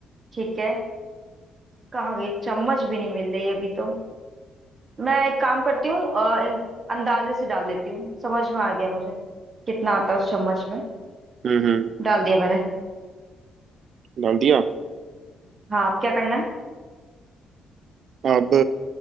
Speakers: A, on the right; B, on the right.
A: ठीक है कहाँ गई चम्मच भी नहीं मिल रही अभी तो मैं एक काम करती हूँ अ, अंदाजे से डाल लेती हूँ समझ में आ गया मुझे कितना आता है उस चम्मच में
B: हम्म हम्म
A: डाल दिया मैंने
B: डाल दिया
A: हाँ अब क्या करना है
B: अब